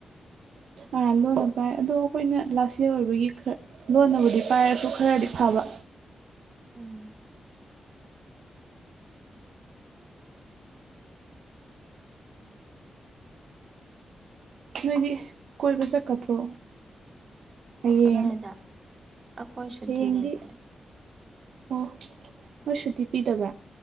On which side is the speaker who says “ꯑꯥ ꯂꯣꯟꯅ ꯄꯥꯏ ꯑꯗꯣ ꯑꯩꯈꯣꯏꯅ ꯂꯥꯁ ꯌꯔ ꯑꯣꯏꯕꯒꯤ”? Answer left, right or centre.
Right